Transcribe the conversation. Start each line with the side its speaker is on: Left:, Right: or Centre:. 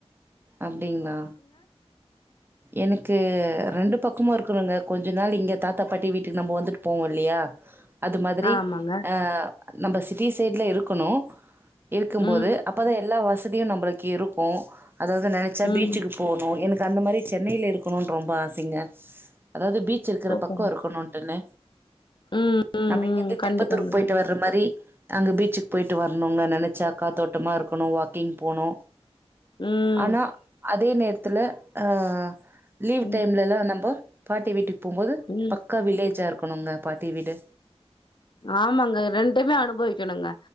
Right: அப்டிங்ளா எனக்கு ரெண்டு பக்கமும் இருக்கணுங்க கொஞ்சோ நாள் இங்க தாத்தா பாட்டி வீட்டுக்கு நம்ம வந்துட்டு போவோ இல்லயா அது மாதிரி
Left: ஆமாங்க
Right: ஆஃ நம்ம சிட்டி சைடுல இருக் க்குனூ இருக்கும்போது
Left: ம்
Right: அப்பதா எல்லா வச பத்தியூ நம்மளுக்கு இருக்கு அதாவது நினைச்சா
Left: ம்
Right: பீச்சுக்கு போணு எனக்கு இது அந்த மாரி சென்னையில இருக்கணுனு ரொம்ப ஆசைங்க அதாவது பீச் இருக்கிற
Left: சூப்பருங்க
Right: பக்க இருக்கணுட்டுன்னு
Left: ம் ம்
Right: நம்ம இங்க
Left: ம்
Right: இருந்து
Left: கண்டிப்பாங்க
Right: திருப்பத்தூருக்கு போயிட்டு
Left: கண்
Right: வர்ற மாரி அங்க பீச்சுக்கு போயிட்டு வரணுங்க நினைச்சா காத்தோட்டமா இருக்கணு வாக்கிங் போனு
Left: ம்
Right: ஆனா அதே நேரத் த்துல ஆ லீவ்
Left: ம்
Right: டைம்லல்லா நம்போ பாட்டி வீட்டுக் போம்போது
Left: ம்
Right: பக்கா வில்லேஜா இருக்கு க்கனுங்க பாட்டி வீடு
Left: ஆமாங்க ரெண்டுமே அனுபவிக்கணுங்க